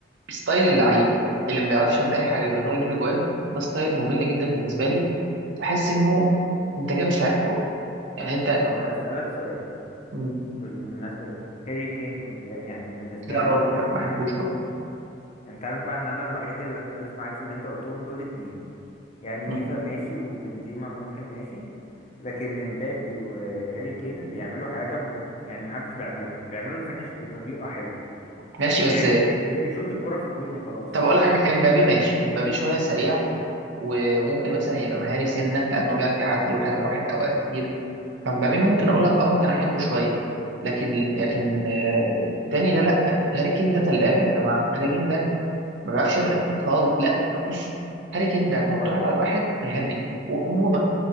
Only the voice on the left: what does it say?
آه،
طب هسألك سؤال
بالمناسبة دي هاري كين قد- يعني بالنسبة
لك
مش
لعيب
انت عارف بقى ان انا الوحيد اللي اختلف معاك في اللي انت قلتهم دول اتنين يعني
ليفا ماشي وبنزيما ممكن ماشي لكن مبابي وهاري كين بيعملوا حاجة م- يعني محدش بيعملها بيعملوا الفينش بطريقة حلوة
يعني
مش مش بيشوط الكرة في الجون وخلاص
لا
مم.
حرام
عليك
هو